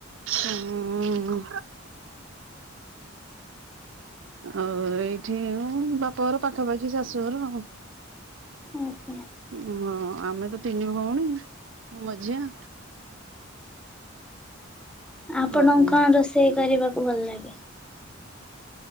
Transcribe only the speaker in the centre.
ଓକେ।
ଆପଣ
କଣ ରୋଷେଇ କରିବାକୁ ଭଲ ଲାଗେ?